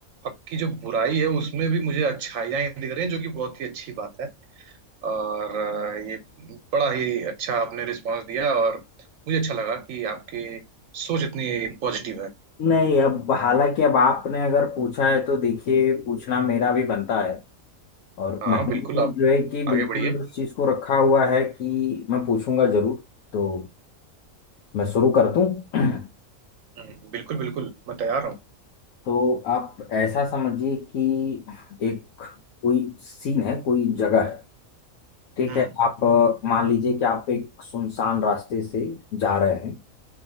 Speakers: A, on the right (about 75°); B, on the left (about 80°).
A: आपकी जो बुराई है उसमें भी मुझे अच्छाइयाँ ही दिख रही हैं जो कि बहुत ही अच्छी बात है और अ, ये बड़ा ही अच्छा आपने रिस्पांस दिया और मुझे अच्छा लगा कि आपकी सोच इतनी पॉजिटिव है
B: नहीं अब हालांकि अब आपने अगर पूछा है तो देखिए पूछना मेरा भी बनता है और
A: हाँ
B: मैंने
A: बिल्कुल
B: भी
A: आप
B: जो है कि बिल्कुल
A: आगे बढ़िए
B: उस चीज को रखा हुआ है कि मैं पूछूंगा जरूर तो मैं शुरू कर दूं <clears throat>
A: हम्म, बिल्कुल बिल्कुल मैं तैयार हूँ
B: तो आप ऐसा समझिए कि एक कोई सीन है कोई जगह है ठीक
A: हम्म
B: है आप अ, मान लीजिए कि आप एक सुनसान रास्ते से जा रहे हैं